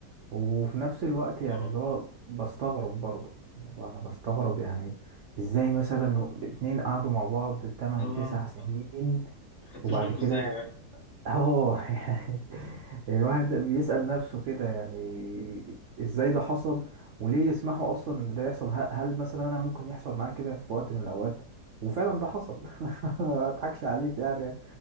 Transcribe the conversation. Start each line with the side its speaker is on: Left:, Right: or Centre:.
Right: وفي نفس الوقت يعني
Left: طبعا
Right: اللي هو بستغرب برضه أنا بستغرب يعني إزاي مثلا اتنين قعدوا مع بعض تمن
Left: اه
Right: تسع سنين
Left: طبعا ما خدتوش
Right: وبعد
Left: بالكم
Right: كده
Left: ازاي يا جدعان
Right: اه <laughs> يعني الواحد لا بيسأل نفسه كده يعني ازاي ده حصل وليه يسمحوا اصلا ان ده يحصل ه- هل مثلا انا ممكن يحصل معايا كده في وقت من الاوقات وفعلا ده حصل <laughs> ما اضحكش عليك يعني يعني